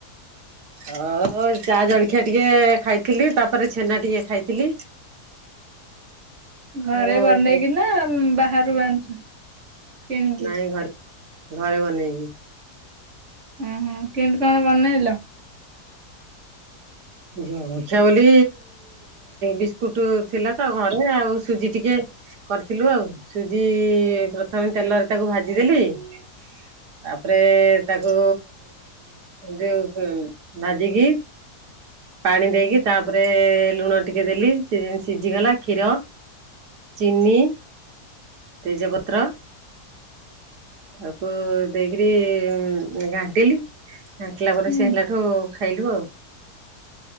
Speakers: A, on the right; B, on the right.
A: ହଁ ଚା ଜଳଖିଆ ଟିକେ ଖାଇଥିଲି ତାପରେ ଛେନା ଟିକେ ଖାଇଥିଲି।
B: ଘରେ
A: ଆଉ
B: ବନେଇକି ନା ବାହାରୁ ଆଣିଛ। କିଣିକି?
A: ନାଇଁ ଘରେ। ଘରେ ବନେଇକି।
B: ହଁ ହଁ କେମତି କଣ ବନେଇଲ?
A: ଜଳଖିଆ ବୋଲି ବିସ୍କୁଟ ଥିଲା ତ ଘରେ ଆଉ ସୁଜି ଟିକେ କରିଥିଲୁ ଆଉ ସୁଜି ପ୍ରଥମେ ତେଲରେ ତାକୁ ଭାଜିଦେଲି ତାପରେ ତାକୁ ଯୋଉ ଭାଜିକି ପାଣି ଦେଇକି ତାପରେ ଲୁଣ ଟିକେ ଦେଲି ସେ ଯେମିତି ସିଝିଗଲା କ୍ଷୀର, ଚିନି ତେଜପତ୍ର ତାକୁ ଦେଇକିରି ଘାଣ୍ଟିଲି। ଘାଟିଲା ପରେ
B: ହୁଁ
A: ସିଏ ହେଲାଠୁ ଖାଇଲୁ ଆଉ।